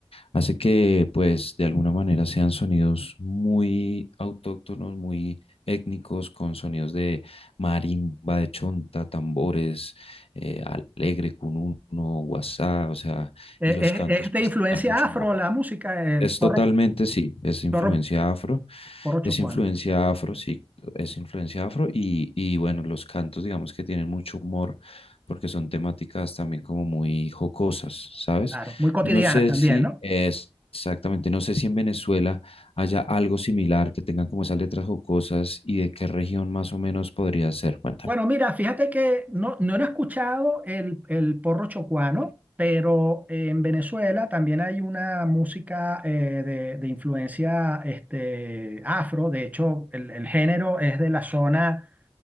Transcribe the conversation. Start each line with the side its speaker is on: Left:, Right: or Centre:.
Left: hace que pues de alguna manera sean sonidos muy autóctonos, muy étnicos, con sonidos de marimba, de chonta, tambores, eh, alegre, cununo, guasá, o sea,
Right: Eh,
Left: y los cantos
Right: Es, es
Left: pues
Right: de influencia
Left: dan mucho
Right: afro
Left: humor.
Right: la música, el
Left: Es
Right: zorro,
Left: totalmente, sí, es influencia
Right: zorro
Left: afro,
Right: porochocuana.
Left: es influencia afro, sí, es influencia afro y, y bueno, los cantos digamos que tienen mucho humor porque son temáticas también como muy jocosas, ¿sabes?
Right: Claro, muy cotidianas
Left: No sé
Right: también,
Left: si
Right: ¿no?
Left: es exactamente, no sé si en Venezuela haya algo similar que tengan como esas letras jocosas y de qué región más o menos podría ser, cuéntame.
Right: Bueno, mira, fíjate que no, no lo he escuchado el, el porro chocuano, pero eh, en Venezuela también hay una música eh, de, de influencia este, afro. De hecho, el, el género es de la zona